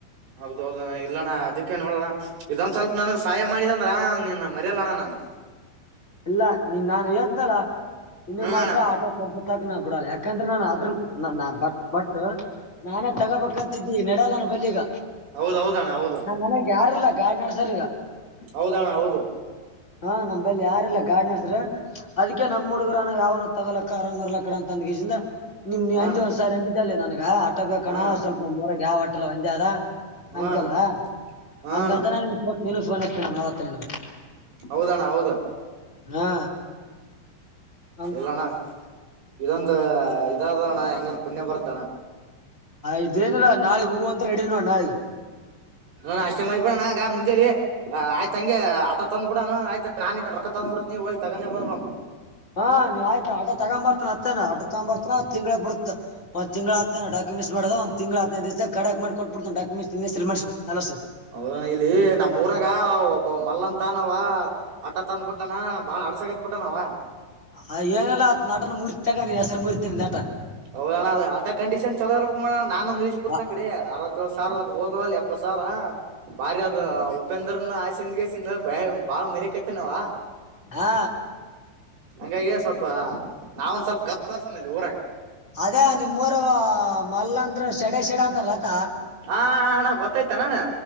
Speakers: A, on the right; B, on the left.
A: ಹೌದು ಹೌದ ಇಲ್ಲಣ್ಣ ಅದಕ್ಕೆ ನೋಡೋಣ ಇದೊಂದ ಸ್ವಲ್ಪ ನನಗ್ ಸಹಾಯ ಮಾಡಿದ ಅಂದ್ರ ನಿನ್ನ ಮರೆಯೋಣ ನಾನು
B: ಇಲ್ಲ ನೀನ್ ನಾನು ಹತ್ನಲ ಇನ್ನು
A: ಹ್ಮ್
B: ಮಾತ್ರ
A: ಅಣ್ಣ
B: ಆಟ ಕೊಡ್ಸತ್ತಕ ನಾ ಬಿಡಲ್ಲ ಯಾಕಂದ್ರೆ ನಾನ್ ಅದ್ರ ಬಟ್ ಬಟ್ ನಾನೇ ತಗೋಬೇಕಂತಿದ್ದಿ ನೆಡಲ್ಲಾನ ಬಲ್ಲಿಿಗ
A: ಹೌದೌದಣ್ಣ ಹೌದು
B: ನಮ್ಮ್ ಮನೆಗ್ ಯಾರಲ್ಲ ಗಾಳಿ ನಡ್ಸ್ರ ಈಗ
A: ಹೌದಣ ಹೌದು
B: ಹಾ ನಂಬಲ್ಲಿ ಯ ಲ್ಲ ಗಾಡ್ ನಡೆಸ್ರೆ ಅದಕ್ಕೆ ನಮ್ ಹುಡುಗರನ ಯಾವನ ತಗೋಕಕ್ಕ ಆರಾಮ್ ಇರ್ಲಾ ಕಡ ಅಂತ ಅಂದ ಗೀಜಿಂದ ನಿಮ್ ನೀ
A: ಹಾ
B: ಅಜ್
A: ಅಣ್ಣ
B: ಒಂದ್ಸರಿ ಅಂಜಿದಲ್ಲಿ ನನ್ಗ ಆಟೋ ಬೇಕಣ
A: ಹಾ ಅಣ್ಣ
B: ಸ್ವಲ್ಪ ನಮ್ಮ್ ಹೊರಗೆ ಯಾವ ಆಟೆಲ್ಲ ಒಂದಾರ
A: ಹಾ
B: ಅಂತೆಲ್ಲಾ
A: ಅಣ್ಣ ಹಾ
B: ಹಂಗತೋ
A: ಅಣ್ಣ
B: ನೀನು ಫೋನ್ ಹ್ತೇನೆ ನಾನನ್ ಅವತ್ತ ನನ್ಗ
A: ಹೌದಣ್ಣ ಹೌದಾ
B: ಹಾ ಹಂಗ್
A: ಇಲ್ಲಣ್ಣ ಇದೊಂದು ಇದಾದಣ್ಣ ಹೆಂಗನ್ ಪುಣ್ಯ ಬರ್ತಣ್ಣ
B: ಇದೇನಿಲ್ಲ ನಾಳಗ್ ಹೂವು ಅಂತ ರೆಡಿ ನೋ ನಾಳಿಗೆ
A: ನ ಅಷ್ಟೇ ಮಾಡಿಬಡೋಣ ಆಗ ಮುಂಜೆ ಆ ಆಯ್ತ ಹಂಗೆ ಆತ ತಂದ್ ಬಿಡಾನು ಆಯ್ತ ನಾನನ್ ಕ ರಕ್ಕ ತಂದ್ ಬಿಡತ್ ನೀವ ಹೋಗ್ ತಗಂದ ಬಂದ್ಬಡಮ್
B: ಹಾ ನೀ ಆಯ್ತ ಆಟ ತಗೊಂಬರ್ತಾನ ಅತ್ತೇನ ಆಟ ತಗೊಂಬ ಬರ್ತಾನ ತಿಂಗಳ ಬಿಡತ ಒಂದ ತಿಂ್ ಹನ ಾಕ್ಯೆಂಸ್ ಮಾಡ ಒಂದ ತಿಂ್ ಹನದು ದಿವಸ ಕಡಕ್ ಮಾಡ ಕೊಟ್ಬಡ್ತ ಾಕುೆಸ್
A: ಹೌದಣ ಇಲ್ಲಿ ನಮ್ಮ್ ಊರಾಗ ಒಬ್ಬ ಮಲ್ಲಂತ ನಾವ ಆಟ ತಂದ್ಬುಟ್ಟಾನ ಬಾಳ ಅಡ್ಸಕೈತ್ ಬಿಟ್ಟನಾವ
B: ಆ ಏನಲ್ಲ ಆ ನಟನ ಮುರಿತ ತಗಾನ ನೀನ್ ಹೆಸರು ಮುರಿತೀನಿ ನಟ
A: ಹೌಣ ಅ ಆಟ ಕಂಡೀಷನ್ ಚಲೋರ್ ಬಕ್ ಮಡಣ ನಾನನ್ಂದ ನಿಳಸಬ ಬಿುತ
B: ಆ-
A: ನ ಕಡೆ ಅರವತ್ತತ್ೇಳ ಸಾವರ ಹದ ಇಪ್ಪತ್ ಸಾವಿರ ಬಾರಿ ಅದ ಉಪೇಂದ್ರನ ಆಸೆಿಂದಗಸ ಬ ಬಾಳ ಮರಿಯಕೈತ ನಾವ
B: ಹಾ
A: ಹಂಗಾಗಿ ಸ್ವಲ್ಪ ನಾವ ಒಂದ್ ಸ್ವಲ್ಪ ಗತ್ತು ವರ್ಷನಲ್ಲಿ ಊರಾಗ
B: ಅದೇ ನಿಮೂರ ಮಲ್ಲಂದ್ರ ಸೆಡೆ ಸೆಡ ಅಂತಲ್ಲತಾ
A: ಹಾ ಹಣ ಗೊತ್ತಾಯ್ತಾ ನಾನು